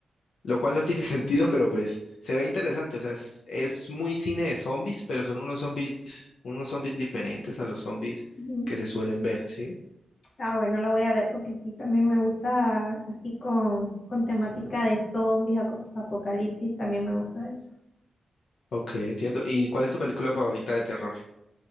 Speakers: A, on the left; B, on the left.
A: lo cual no tiene <laughs> sentido, pero pues se ve interesante. O sea, es, es muy cine de zombies, pero son unos zombies, unos zombies diferentes a los zombies
B: Ujú.
A: que se suelen ver, ¿sí?
B: Ah, bueno, la voy a ver porque sí, también me gusta así con, con temática de zombies, aco- apocalipsis, también me gusta eso.
A: Ok, entiendo. ¿Y cuál es tu película favorita de terror?